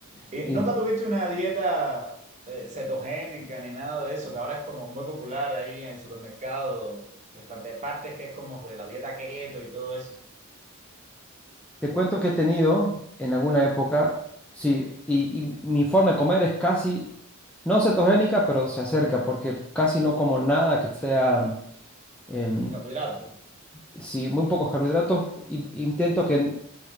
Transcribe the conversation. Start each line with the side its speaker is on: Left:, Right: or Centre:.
Right: ¿Y
Centre: Y
Right: nunca tuviste una dieta eh, cetogénica ni nada de eso, que ahora es como muy popular ahí en el supermercado, bastante partes que es como de la dieta keto y todo eso,
Centre: Te cuento que he tenido en alguna época, sí, y, y mi forma de comer es casi, no cetogénica, pero se acerca, porque casi no como nada que sea, em,
Right: de carbohidratos?
Centre: sí, muy pocos carbohidratos, y- intento que n-